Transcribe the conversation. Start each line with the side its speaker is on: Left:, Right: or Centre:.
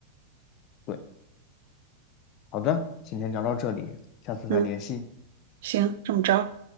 Left: 对，好的，今天聊到这里，下次再联系。
Right: 嗯，行，这么着。